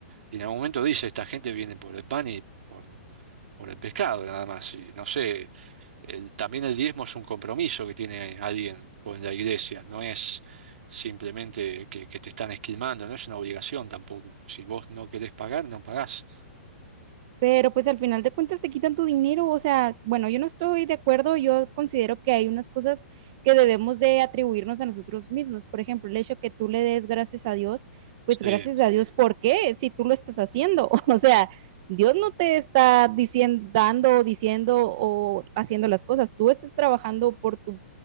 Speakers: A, on the right; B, on the right.
A: en algún momento dice, esta gente viene por el pan y por, por el pescado nada más. Y no sé, el- también el diezmo es un compromiso que tiene alguien con la iglesia, no es simplemente que, que te están esquilmando, no es una obligación tampoco. Si vos no querés pagar, no pagás.
B: Pero pues al final de cuentas te quitan tu dinero, o sea, bueno, yo no estoy de acuerdo, yo considero que hay unas cosas que debemos de atribuirnos a nosotros mismos. Por ejemplo, el hecho que tú le des gracias a Dios, pues
A: Sí.
B: gracias a Dios, ¿por qué? Si tú lo estás haciendo, <laughs> o sea, Dios no te está diciendo, dando, diciendo o haciendo las cosas, tú estás trabajando por tu